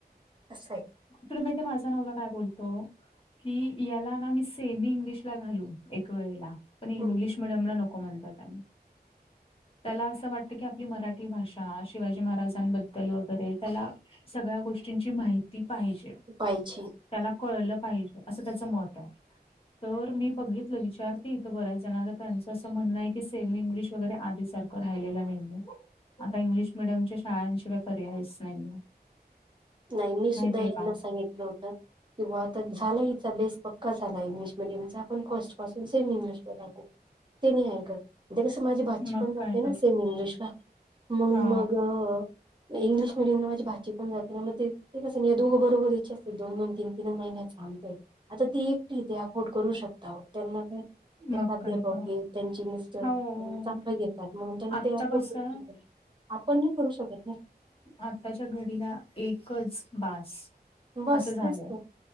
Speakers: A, on the right (about 30°); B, on the left (about 35°).
A: असं
B: तुला माहितीए माझा नवरा काय बोलतो? की याला ना मी सेमी इंग्लिशला घालिन एक वेळेला. पण
A: आहे
B: इंग्लिश - मिडीयमला नको म्हणतायेत आणि. त्याला असं वाटतंय की आपली मराठी भाषा, शिवाजी महाराजांबद्दल वगैरे त्याला- सगळ्या गोष्टींची माहिती पाहिजे.
A: पाहिजे.
B: त्याला कळलं पाहिजे, असं त्याचं मत आहे. तर मी बघितलं विचारते इथं बऱ्याच जणांच त्याचं असं म्हणणं आहे की सेम इंग्लिश वगैर आधी सारखं राहिला नाही हाय, आता इंगलिश मिडियमच्या शाळांशिवाय पर्यायच नाहीये.
A: नाही मी सुद्धा
B: माहितीये
A: यांना
B: का
A: सांगितलं होतं. किंवा आता झाला हिचा बेस पक्का झाला इंग्लिश मिडियमचा आपण फर्स्ट पासून सेम इंग्लिश ते नाही ऐक, कसं माझी भाची
B: मग
A: पण जाते
B: काय
A: ना
B: तर
A: सेम इंग्लिशला. म्हणून
B: हा
A: मग इंग्लिश मिडियमला माझी भाजी पण जाते ना मग ते कसं नाही दोघं बरोबरच असते दोन-दोन तीन-तीन महिन्याच अंतर. आता ती एकटी अफोर्ड करू शकता आ त्यांना त्या
B: मग
A: आध्यापक
B: काय तर
A: हे, त्यांची मिस्टर
B: हो
A: चांगलं घेतात म्हणून त्यां
B: आत्ता
A: ते फोटो
B: कसं
A: आपण नाही करू शकत ना.
B: आताच्या घडीला एकच बस,
A: बस
B: असं झालं.
A: तेच ना